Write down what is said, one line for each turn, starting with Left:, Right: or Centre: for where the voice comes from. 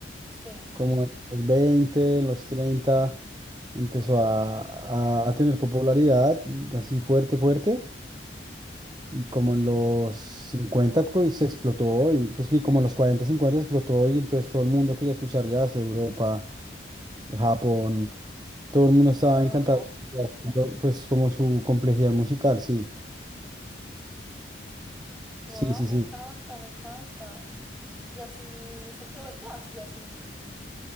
Centre: Sí,
Right: Como en los 20 en los 30 empezó a, a- a tener popularidad así fuerte, fuerte. Y como en los 50 co- se explotó, y pues que como en los 40 50 explotó, y entonces todo el mundo quería escuchar jazz, Europa, Japón, todo el mundo
Centre: wow,
Right: estaba encantado, lo- pues como su complejidad musical, sí,
Centre: wow,
Right: sí, sí, sí.
Centre: me encanta, me encanta. Y así se creó el jazz, y así,